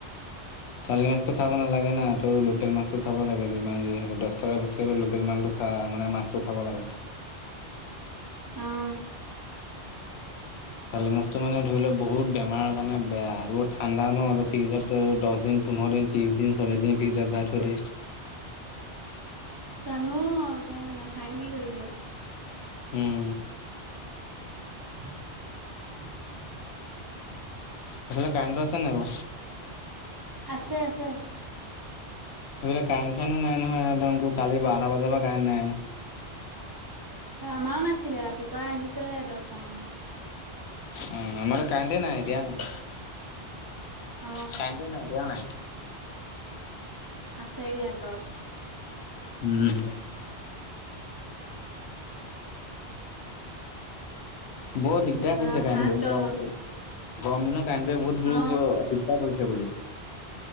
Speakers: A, on the left; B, on the right.
A: চোৱালি মাছতো খাব নালাগে না, তো, লোকেল মাছতটো খাব লাগে। যি, যি, হলে দহ টকা বেছি হ'লে লোকেল মাছটো খাব মানে মাছটো খাব লাগে।
B: আহ।
A: চালি মাছটো মানে ধৰি লও, বহুত বেমাৰৰ কাৰণে। বেয়া বহুত ঠাণ্ডা ন, আৰু ফ্ৰিজত দহ দিন, পোন্ধৰ দ, ত্ৰিশ দিন, চল্লিশ দিন, ফ্ৰিজত ভাই থৈ দিয়ে।
B: জানো আৰু এতিয়া নাখায় কি কৰিবি অ'।
A: উম।
B: <inaudible>
A: সেইফালে কণ ৰছে নাই ব'।
B: আছে, আছে।
A: এইবোাক কাৰেণ্ট চাইনো নাই নহয়। একদ কালি বাৰটা বজাৰ পৰা কাৰেণ্ট নাই।
B: আমাৰও নাছিলে, ৰাতিপুৱা আহিছে, দছটা মানত।
A: অ, আমাৰ কাহদে নাই, এতিয়া নাই।
B: অ
A: কাইতে নতি, ন।
B: আছে ইয়াত বু
A: উম। বৰ দিগদাৰ
B: বা
A: কৰিছে কণ
B: ভাত
A: গৰম,
B: তই বন
A: গৰম দিনত। কণ্টে বহুত বুৰুক
B: অ
A: অভিজ্ঞা কৰিছে বোলো।